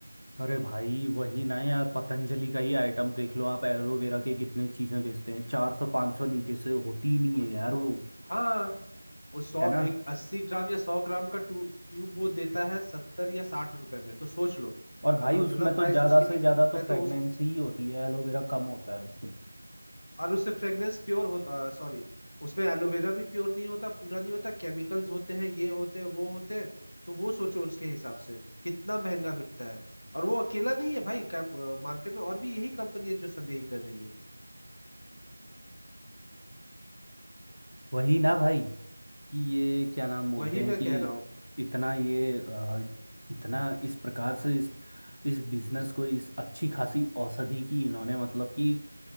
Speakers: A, on the left (about 80°); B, on the left (about 35°).
A: अरे भाई वही ना यार पतंजलि का ही आइटम देख लो आप एलोवेरा के कितने चीजें बेचते हैं चार सौ पाँच सौ नीचे से होती ही नहीं है यार वो
B: हाँ वो सौ
A: है ना
B: एक अस्सी ग्राम या सौ ग्राम का टू, ट्यूब वो देता है सत्तर या साठ रुपए में तो सोच लो
A: और भाई
B: अगर उतना
A: उसमें
B: प्राइस
A: तो ज्यादा
B: उसके
A: से
B: एक
A: ज्यादा
B: ट्यूब का
A: तो
B: है तो
A: फ्रेगनेंस
B: उस
A: ही होती है एलोवेरा कम होता है उसमें
B: और उससे फ्रेग्रेंस प्योर होता सॉरी उसमें एलोवेरा भी प्योर नहीं होता पूरा नहीं होता केमिकल्स होते हैं ये होते हैं वो होते हैं तो वो सोचो उसके हिसाब से कितना महंगा बिकता है और वो अकेला नहीं है भाई मार्केट में और भी यही कंपनी है जो सब यही कर रही है
A: वही ना भाई कि ये क्या नाम बोलते
B: वही मैं
A: हैं कि
B: कह रहा हूँ
A: इतना ये अ, इतना इस प्रकार से इस इस बिजनेस को इस अच्छी खासी औषधि की इन्होंने मतलब कि